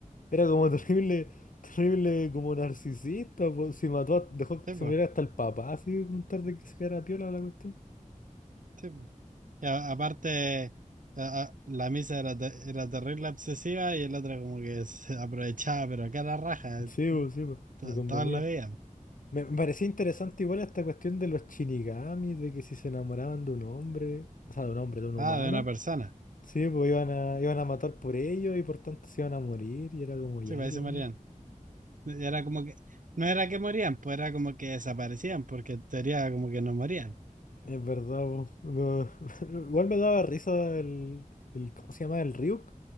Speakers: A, on the left; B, on the right.
A: Era como <laughs> terrible, terrible como narcisista. po. Si mató, a- dejó que
B: Sí, pues,
A: se muriera hasta el papá, así con tal de que se quedara piola la cuestión.
B: sí, po. Y a- aparte, a- a- la misa era, te- era terrible obsesiva y el otro como que se aprovechaba, pero acá la raja,
A: Sí, po, sí, po,
B: to-
A: le convenía.
B: todos lo veían.
A: Me, me parecía interesante igual esta cuestión de los shinigamis, de que si se enamoraban de un hombre, o sea, de un hombre, de un humano,
B: Ah, de una persona.
A: sí, pues iban a, iban a matar por ellos y por tanto se iban a morir y era como ya,
B: Sí, parece
A: ¿qué onda?
B: morían. Era como que, no era que morían, pues era como que desaparecían, porque en teoría como que no morían.
A: Es verdad, po. No. <laughs> Igual me daba risa el, el. ¿Cómo se llama? El Ryuk.